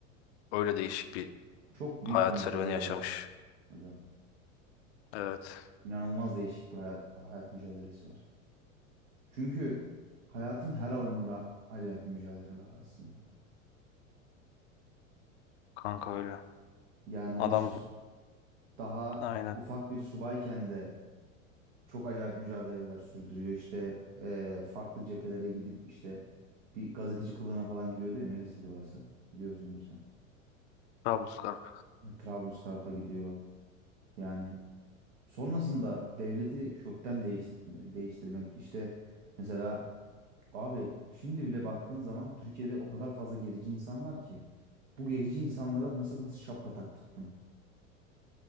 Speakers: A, on the left; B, on the right.
A: Öyle değişik bir
B: Çok büyük
A: hayat
B: bir mücadele
A: serüveni yaşamış.
B: var hocam.
A: Evet.
B: İnanılmaz değişik bir hayat, hayat mücadelesi var. Çünkü hayatın her alanında acayip bir mücadele var aslında.
A: Kanka öyle.
B: Yani o
A: Adam
B: işte sü- daha
A: aynen.
B: ufak bir subayken de çok acayip mücadeleler sürdürüyor. İşte eee, farklı cephelere gidip işte bir gazeteci kılığına falan giriyordu ya neresiydi orası? Biliyorsundur sen.
A: Trablusgarp.
B: Ne, Trablusgarp'a gidiyor. Yani sonrasında devleti kökten değiştir değiştirmek işte mesela Abi şimdi bile baktığın zaman Türkiye'de o kadar fazla gerici insan var ki. Bu gerici insanlara mesela nasıl şapka taktırttın?